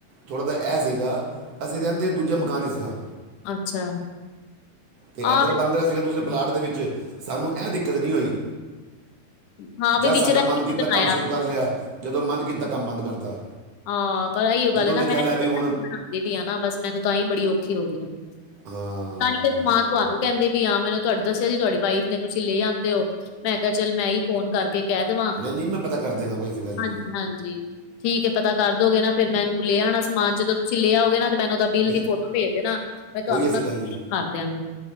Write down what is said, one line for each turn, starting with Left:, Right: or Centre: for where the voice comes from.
Right: ਥੋੜ੍ਹਾ ਜ ਇਹ ਸੀਗਾ ਅਸੀਂ ਰਹਿੰਦੇ ਦੂਜਾ ਮਕਾਨ ਹੀ ਸੀਗਾ
Left: ਅੱਛਾ
Right: ਤੇ
Left: ਹਾਂ
Right: ਇੱਧਰ ਬੰਣ ਰਿਹਾ ਸੀਗਾ ਦੂਸਰੇ ਪਲਾਟ ਦੇ ਵਿੱਚ ਸਾਨੂੰ ਇਹ ਦਿੱਕਤ ਨਹੀਂ ਹੋਈ
Left: ਫਿਰ- ਹਾਂ ਵੀ
Right: ਜਦ ਸਾਡਾ
Left: ਵਿਚ ਰਹਿ
Right: ਮਨ
Left: ਕੇ
Right: ਕੀਤਾ
Left: ਨੀ ਬਣਾਇਆ
Right: ਕੰਮ ਸ਼ੁਰੂ ਕਰ ਲਿਆ ਜਦੋਂ ਮਨ ਕੀਤਾ ਕੰਮ ਬੰਦ ਕਰਤਾ
Left: ਆਹ ਪਰ ਇਹੀਓ
Right: ਜਦੋਂ
Left: ਗੱਲ
Right: ਦੇਖਿਆ
Left: ਨਾ ਮੈਂ
Right: ਲੈ
Left: ਵੀ
Right: ਹੁਣ
Left: ਬਣਾਉਂਦੀ ਪਾਇ ਆ ਨਾ ਬਸ ਮੈਨੂੰ ਤਾਂਹੀ ਬੜੀ ਔਖੀ ਹੋ ਰਹੀ ਆ
Right: ਹਾਂ
Left: ਤਾਂ ਹੀ ਤੇ
Right: ਹਾਂ
Left: ਸਮਾਨ
Right: ਹਾਂ ਹਾਂ।
Left: ਤੁਹਾਨੂੰ ਕਹਿੰਦੇ ਵੀ ਆਾਂ ਮੈਨੂੰ ਤੁਹਾਡੇ ਦੱਸਿਆ ਸੀ ਤੁਹਾਡੀ ਵਾਈਫ ਨੇ ਤੁਸੀਂ ਲੈ ਆਦੇ ਹੋ ਮੈਂ ਕਿਹਾ ਚੱਲ ਮੈਂ ਹੀ ਫੋਨ ਕਰਕੇ ਕਹਿ ਦੇਵਾਂ
Right: ਨਹੀਂ ਨਹੀਂ ਮੈਂ ਪਤਾ ਕਰ ਦਿਆਂਗਾ ਕੋਈ ਐਸੀ ਗੱਲ ਨਹੀਂ
Left: ਹਾਂਜੀ ਹਾਂਜੀ ਠੀਕ ਹੈ ਪਤਾ ਕਰ ਦੋਗੇ ਨਾ ਫੇਿਰ ਮੈਨੂੰ ਲਿਆ ਆਣਾ ਸਮਾਨ ਜਦੋਂ ਤੁਸੀਂ ਲਿਆ ਆਓਗੇ ਨਾ ਤੇ ਮੈਨੂੰ ਬਿੱਲ
Right: ਬਿਲਕੁਲ
Left: ਦੀ ਫੋਟੋ ਭੇਜ ਦੇ ਨਾ ਮੈਂ ਤੁਹਾਨੂੰ
Right: ਕੋਈ ਐਸੀ
Left: ਨਾ ਪੇਟੀਐਮ
Right: ਗੱਲ ਨਹੀਂ
Left: ਕਰ ਦਿਆਂਗੀ